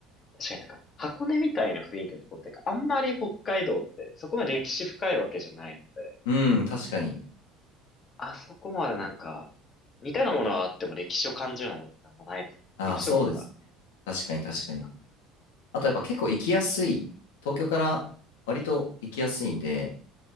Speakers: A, on the left; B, on the left.
A: 確かになんか、箱根みたいな雰囲気のとこってか、あんまり北海道ってそこまで歴史深いわけじゃないので、
B: うん、確かに。
A: ああそこまでなんか、似たようなものはあっても歴史を感じるようなものってあんまないですね。
B: ああ、
A: 関所とか
B: そうですね。確かに、
A: あるし。
B: 確かに。あと、やっぱ結構行きやすい。東京から割と行きやすいんで、